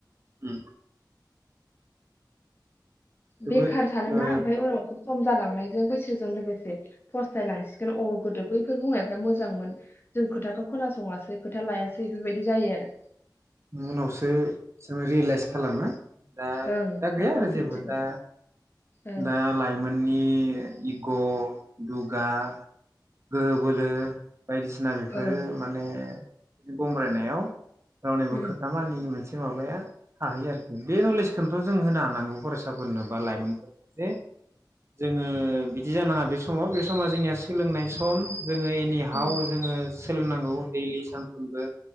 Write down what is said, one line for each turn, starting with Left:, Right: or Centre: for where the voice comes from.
Right: उम जोबोद
Left: बेखार थादों
Right: ओ
Left: ना ओमफाय उनाव खम जालांनायजों बैसोजों लोगोसे फस्थायलांसिगोन अ गोदो बै फोर बुंनायफ्रा मोजांमोन मोन जों खोथाखौ खोनासङासै खोथा लायासै बेफोरबायदि जायो आरो।
Right: उनावसो जों रिलाइस खालामो दा
Left: ओं
Right: दा
Left: सानखांफिनसिगोन
Right: गैया आरो जेबो दा
Left: ओं
Right: दा लाइमोननि इग' दुगा गोहो बोलो बायदिसिना बेफोरो
Left: ओं
Right: माने बि गमब्रायनायाव रावनिबो
Left: उम
Right: खोथा मानियोमोन। मोनसे माबाया थाहै आरोखि बे नलेजखोनथ' जों होनो हानांगौ फरायसा फोरनो बा लाइमोनफोर जे जोङो बिदि जानाङा बे समाव बे समा जोंनिया सोलोंनाय सम। जोङो एनिहाव
Left: उम
Right: जोङो सोलोंनांगौ दैलि सानफ्रोमबो